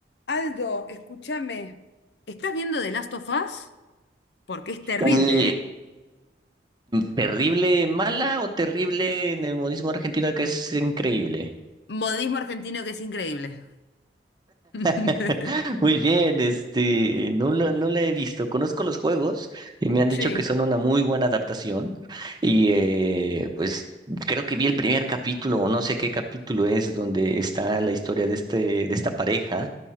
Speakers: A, on the left; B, on the right.
A: Aldo, escúchame. ¿Estás viendo The Last of Us? Porque es terrible,
B: Eh,
A: ¿eh?
B: terrible mala o terrible en el modismo argentino que es increíble.
A: Modismo argentino que es increíble. <laughs>
B: <laughs> Muy bien, este, no la, no la he visto. Conozco los juegos y me han
A: Sí,
B: dicho que son una muy buena adaptación. Y eh, pues creo que vi el primer capítulo, o no sé qué capítulo es, donde está la historia de este, de esta pareja.